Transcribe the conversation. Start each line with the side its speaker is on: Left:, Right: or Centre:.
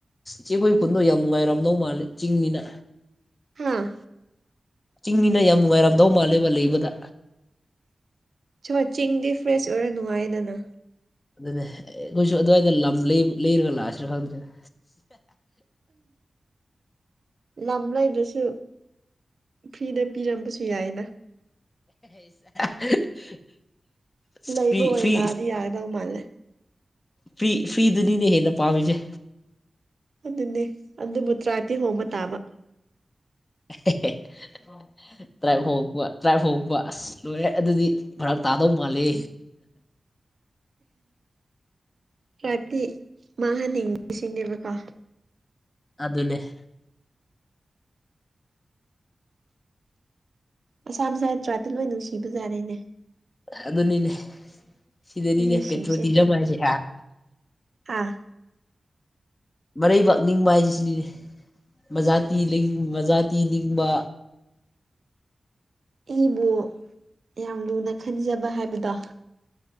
Left: ꯆꯦꯈꯣꯏ ꯈꯨꯟꯗꯣ ꯌꯥꯝ ꯅꯨꯡꯉꯥꯏꯔꯝꯅꯧ ꯃꯥꯂꯦ ꯆꯤꯡꯅꯤꯅ
Right: ꯍꯥꯥ
Left: ꯆꯤꯡꯅꯤꯅ ꯌꯥꯝ ꯅꯨꯡꯉꯥꯏꯔꯝꯗꯧ ꯃꯥꯜꯂꯦ ꯃꯥ ꯂꯩꯕꯗ
Right: ꯁ ꯆꯤꯡꯗꯤ ꯐ꯭ꯔꯦꯁ ꯑꯣꯏꯔ ꯅꯨꯡꯉꯥꯏꯗꯅ
Left: ꯑꯗꯨꯅꯦ ꯑꯦ ꯅꯣꯏꯁꯨ ꯑꯗꯨꯋꯥꯏꯗ ꯂꯝ ꯂꯩꯔꯒ ꯂꯥꯛꯑꯁꯤꯅ ꯈꯪꯗ꯭ꯔꯦ <inaudible>
Right: ꯂꯝꯝꯕ꯭ꯂ ꯏꯗꯁꯨ ꯐ꯭ꯔꯤꯗ ꯄꯤꯔꯝꯕꯁꯨ ꯌꯥꯏꯅ
Left: <inaudible>
Right: ꯂꯩꯕ
Left: ꯐ꯭ꯔꯤ
Right: ꯑꯣꯏ
Left: ꯐ꯭ꯔꯤ
Right: ꯂꯥꯛꯑꯗꯤ ꯌꯥꯒꯗꯧ ꯃꯥꯜꯂꯦ
Left: ꯐꯤ ꯐꯤꯗꯨꯅꯤꯅꯦ ꯍꯦꯟꯅ ꯄꯥꯝꯃꯤꯁꯦ
Right: ꯑꯗꯨꯅꯦ ꯑꯗꯨꯕꯨ ꯇꯔꯥꯇꯤ ꯍꯣꯡꯕ ꯇꯥꯕ
Left: <inaudible> ꯇ꯭ꯔꯥꯏꯕ ꯍꯉꯛꯄ ꯇ꯭ꯔꯥꯏꯞ ꯍꯉꯛꯄ ꯑꯁ ꯂꯣꯏꯔꯦ ꯑꯗꯨꯗꯤ ꯐꯔꯛ ꯇꯥꯗꯧ ꯃꯥꯂꯦ
Right: ꯔꯥꯇ ꯃꯥꯍꯅꯤꯡꯁꯤꯡꯅꯦꯦꯕꯀꯣ
Left: ꯑꯗꯨꯗ ꯂꯩꯦ
Right: ꯑꯁꯥꯝ ꯁꯥꯇ꯭ꯔꯥꯇ ꯂꯣꯏ ꯅꯨꯡꯁꯤꯕꯖꯥꯠꯅꯤꯅꯦ
Left: ꯑꯗꯨꯅꯤꯅꯦ ꯁꯤꯗꯅꯤꯅꯦ
Right: ꯃꯤꯁꯤꯡꯁꯦ
Left: ꯄꯦꯇ꯭ꯔꯣꯜ ꯊꯤꯔꯝꯃꯁꯦ
Right: ꯑꯥ
Left: ꯃꯔꯩꯕꯥꯛ ꯅꯤꯡꯕ ꯍꯥꯏꯁꯤ ꯁꯤꯗꯤꯅꯦ ꯃꯖꯥꯇꯤ ꯃꯖꯥꯇꯤ ꯂꯤꯡꯕ
Right: ꯑꯩꯕꯨ ꯌꯥꯝ ꯂꯨꯅ ꯈꯟꯖꯕ ꯍꯥꯏꯕꯗꯣ